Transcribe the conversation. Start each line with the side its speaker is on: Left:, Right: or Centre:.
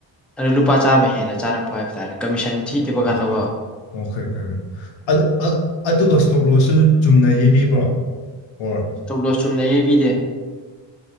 Centre: ꯑꯗꯨꯗꯣ ꯂꯨꯄꯥ ꯆꯥꯝꯃ ꯍꯦꯟꯅ ꯆꯥꯔꯛꯄ ꯍꯥꯏꯕ ꯇꯥꯔꯦ ꯀꯃꯤꯁꯟ ꯊꯤꯗꯕ
Left: ꯑꯣ
Centre: ꯀꯥꯟꯗꯀꯣ
Left: ꯑꯣꯀꯦꯀꯦ ꯑꯗꯨ ꯑꯗꯨꯒ ꯁꯇꯣꯝꯂꯣꯁꯁꯨ ꯆꯨꯝꯅ ꯌꯩꯕꯤꯕ꯭ꯔꯣ ꯑꯣ
Centre: <unintelligible> ꯂꯣꯁ ꯆꯨꯝꯅ ꯌꯩꯕꯤꯗꯦ